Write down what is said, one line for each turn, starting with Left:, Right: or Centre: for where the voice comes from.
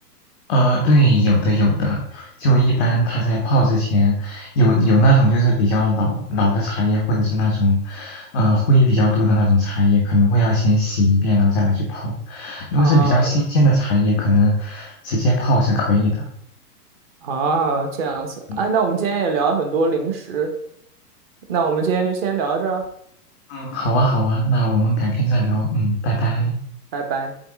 Centre: 呃，对，有的有的，就一般他在泡之前，有有那种就是比较老老的茶叶，或者是那种，呃，灰比较多的那种茶叶，可能会要先洗一遍，然后再拿去泡。如果是比较新鲜的茶叶，
Right: 啊
Centre: 可能直接泡是可以的。
Right: 啊，这样子。
Centre: 嗯
Right: 哎，那我们今天也聊了很多零食，那我们今天就先聊到这儿啊，
Centre: 嗯，好啊，好啊，那我们改天再聊。嗯，拜拜。
Right: 嗯，拜拜。